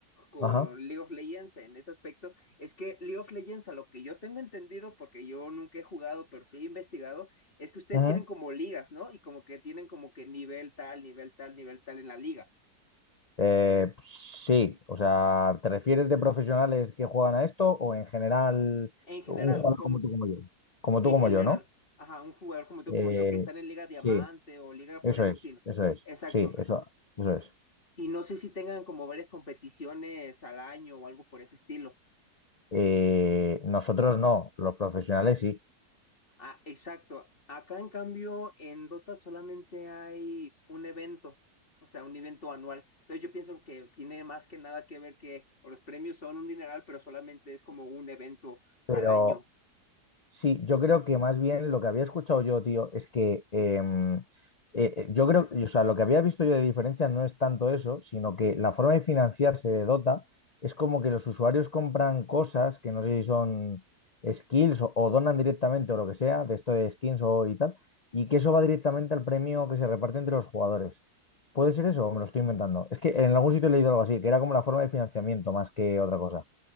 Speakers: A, on the left; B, on the left.
A: con
B: Ajá.
A: League of Legends en ese aspecto, es que League of Legends, a lo que yo tengo entendido, porque yo nunca he jugado, pero sí he investigado, es que ustedes
B: ujú.
A: tienen como ligas, ¿no? Y como que tienen como que nivel tal, nivel tal, nivel tal en la liga.
B: Eh, pues sí, o sea, ¿te refieres de profesionales que juegan a esto o en general
A: En general,
B: un jugador
A: como,
B: como tú como yo? Como
A: en
B: tú como
A: general.
B: yo, ¿no?
A: Ajá, un jugador como tú,
B: Eh,
A: como yo, que están en Liga Diamante
B: sí,
A: o Liga
B: eso
A: por ese
B: es,
A: estilo.
B: eso es,
A: Exacto.
B: sí, eso, eso es.
A: Y no sé si tengan como varias competiciones al año o algo por ese estilo.
B: Eh, nosotros no, los profesionales sí,
A: Ah, exacto. Acá en cambio, en Dota solamente hay un evento, o sea, un evento anual. Entonces yo pienso que tiene más que nada que ver que o los premios son un dineral, pero solamente es como un evento al
B: pero
A: año.
B: Sí, yo creo que más bien lo que había escuchado yo, tío, es que em, eh, eh, yo creo, o sea, lo que había visto yo de diferencia no es tanto eso, sino que la forma de financiarse de Dota es como que los usuarios compran cosas que no sé si son skills o, o donan directamente o lo que sea, de esto de skins o y tal, y que eso va directamente al premio que se reparte entre los jugadores. ¿Puede ser
A: O,
B: eso o me lo estoy inventando? Es que en algún sitio he leído algo así, que era como la forma de financiamiento más que otra cosa.